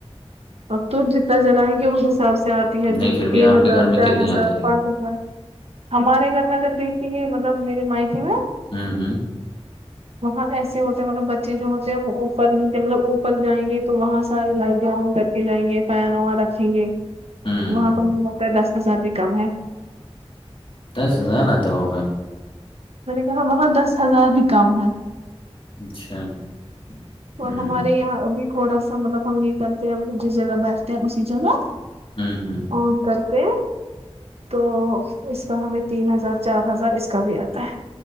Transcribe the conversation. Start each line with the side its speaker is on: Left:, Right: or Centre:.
Right: اب تو جتنا چلائیں گے اس حساب سے- آتی ہے
Left: نہیں
Right: تو
Left: پھر
Right: تین
Left: بھی آپ
Right: ہزار
Left: کے گھر میں
Right: چار
Left: کتنی
Right: ہزار
Left: آتی ہے
Right: پانچ ہزار- ہمارے گھر میں اگر دیکھتے ہیں مطلب میرے مائکی میں-
Left: <unintelligible>
Right: <inaudible> وہاں ایسے ہوتے ہیں مطلب بچے جو ہوتے ہیں وہ اوپر ہی مطلب اوپر جائیں گے تو وہاں ساری لائی جاؤں گ کے جائیں گے فین واں رکھیں گے
Left: ہوں
Right: وہاں
Left: ہوں
Right: تو مجھے لگتا ہے دس ہزار بھی کم ہے-
Left: دس ہزارہ تو ہوگا
Right: میں نے کہا وہاں دس ہزار بھی کم ہے-
Left: اچھا ہوں
Right: اور ہمارے یہاں ابھی تھوڑا سا مطلب ہم یہ کرتے ہیں مب جس جگہ بیٹھتے ہیں اسی جگہ-
Left: ہمم
Right: فون کر کے تو اس کا ہمیں تین ہزار چار ہزار اس- کا بھی آتا ہے